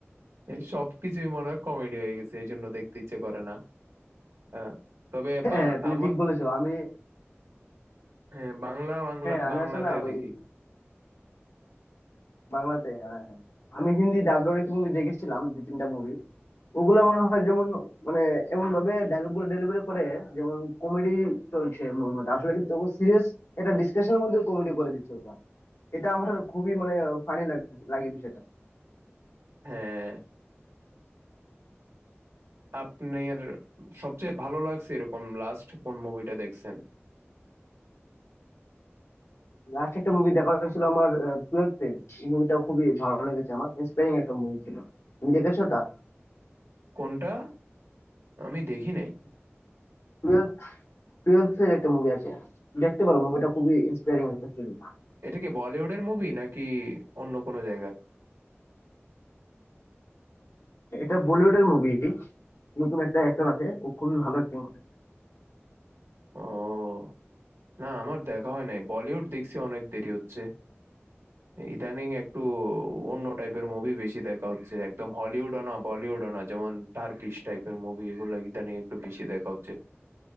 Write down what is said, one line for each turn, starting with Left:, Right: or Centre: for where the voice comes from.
Right: এই সবকিছুই মনে হয় কমেডি হয়ে গেছে এই জন্য দেখতে ইচ্ছে করে না হ্যাঁ তবে
Left: হ্যাঁ তুমি
Right: আমার
Left: ঠিক বলেছো আমি
Right: হ্যাঁ বাংলা বাংলা
Left: হ্যাঁ আমি
Right: বাংলাতে
Left: আসলে না ওই
Right: দেখি
Left: বাংলাতে হ্যাঁ, হ্যাঁ। আমি হিন্দি ডাবড অনেক মুভি দেখেছিলাম দু তিনটা মুভি ওগুলা মনে হয় যেমন মানে এমন ভাবে ডায়লগ গুলো ডেলিভারি করে যেমন কমেডি চলছে মুভির মধ্যে আসলে কিন্তু সিরিয়াস একটা ডিসকাশনের মধ্যে কমেডি করে দিচ্ছে ওরা এটা আমার খুবই মানে ফানি লাগে বিষয়টা
Right: হ্যাঁ আপনার সবচেয়ে ভালো লাগছে এরকম লাস্ট কোন মুভিটা দেখছেন
Left: লাস্ট একটা মুভি দেখা হয়েছিল আমার টুয়েলভ ফেল এই মুভিটা খুবই ভালো লেগেছে আমার ইন্সপায়ারিং একটা মুভি ছিল তুমি দেখেছো ওটা
Right: কোনটা আমি দেখি নাই
Left: টুয়েলভ টুয়েলভ ফেল একটা মুভি আছে দেখতে পারো মুভিটা খুবই ইন্সপায়ারিং একটা সিরিজ
Right: এটা কি বলিউডের মুভি নাকি অন্য কোনো জায়গার
Left: এটা বলিউডের মুভি নতুন একটা অ্যাক্টর আছে ও খুবই ভালো অ্যাক্টিং করে
Right: ও না আমার দেখা হয় নাই বলিউড দেখছি অনেক দেরি হচ্ছে ইদানিং একটু অন্য টাইপের মুভি বেশি দেখা হচ্ছে একদম হলিউডও না বলিউডও না যেমন টার্কিশ টাইপের মুভি এগুলো ইদানিং একটু বেশি দেখা হচ্ছে